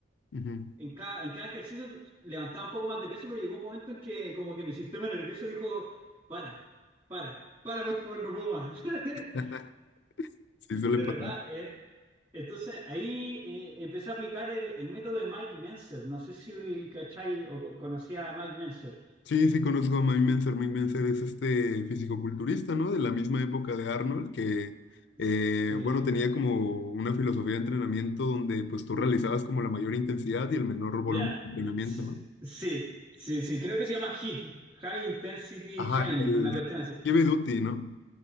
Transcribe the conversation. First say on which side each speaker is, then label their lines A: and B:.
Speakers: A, on the left; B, on the right.
A: Ujú.
B: en cada, en cada ejercicio levantaba un poco más de peso, pero llegó un momento en que como que mi sistema nervioso dijo, para, para, para, por favor, no puedo más. <laughs>
A: <laughs> Sí, suele
B: De
A: pasar.
B: verdad, eh, entonces ahí eh, empecé a aplicar el, el método de Mike Menzer, no sé si cachai o co- conocía a Mike Menzer.
A: Sí, sí conozco a Mike Mentzer. Mike Mentzer es este fisicoculturista, ¿no? De la misma época de Arnold, que, eh,
B: Sí.
A: bueno, tenía como una filosofía de entrenamiento donde pues tú realizabas como la mayor intensidad y el menor volumen
B: Ya,
A: de entrenamiento,
B: sí,
A: ¿no?
B: sí, sí, sí, creo que se llama HIIT, High Intensity
A: Ajá,
B: Training,
A: el
B: una cuestión así.
A: heavy duty, ¿no?